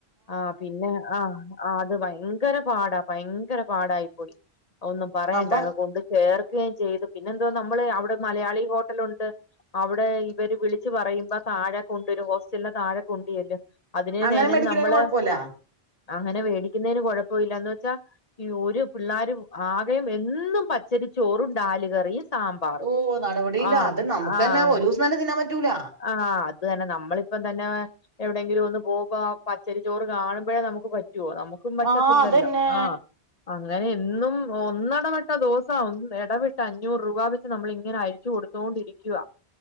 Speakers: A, on the left; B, on the right.
A: ആഹ് പിന്നെ ആഹ് ആഹ് അത് ഭയങ്കര പാടാ ഭയങ്കര പാടായി പോയി ഒന്നും പറയണ്ട
B: അപ്പൊ
A: അങ്ങ് കൊണ്ട് കേർ ക്കയും ചെയ്തു പിന്നെ എന്തോ നമ്മള് അവിടെ മലയാളി ഹോട്ടലുണ്ട് അവിടെ ഇവര് വിളിച്ച് പറയുമ്പോ താഴെ കൊണ്ടുരും ഹോസ്റ്റലിന്റെ താഴെ കൊണ്ട് ചെല്ലും അതിന് തന്നേ
B: അങ്ങനെ
A: അയിനന്നെ
B: മേടിക്കണേന്
A: നമ്മള്
B: കൊഴപ്പല്ല
A: അങ്ങനെ വേടിക്കുന്നതിന് കൊഴപ്പവില്ല എന്ന് വെച്ചാ ഈ ഒരു പിള്ളാരും ആകെയും എന്നും പച്ചരി ചോറും ഡാല് കറിയും സാമ്പാറ്
B: ഓഹ് നടപടിയില്ല
A: ആഹ്
B: അത് നമുക്ക്
A: ആഹ്
B: തന്നെ ഒരു ദിവസം തന്നെ തിന്നാൻ പറ്റൂല
A: ആഹ് അത് തന്നെ നമ്മളിപ്പം തന്നെ എവിടെയെങ്കിലും ഒന്ന് പോവുമ്പൊ ആഹ് പച്ചരി ചോറ് കാണുമ്പോഴേ നമുക്ക് പറ്റുവോ നമുക്കും പറ്റത്തില്ലല്ലോ
B: ആഹ് അതന്നെ
A: ആഹ് അങ്ങനെ എന്നും ഒന്നടപെട്ട ദൂസാവും ഇടവിട്ട അഞ്ഞൂറ് രൂപ വെച്ച് നമ്മൾ ഇങ്ങനെ അയച്ചു കൊടു ത്തോണ്ടിരിക്കുവ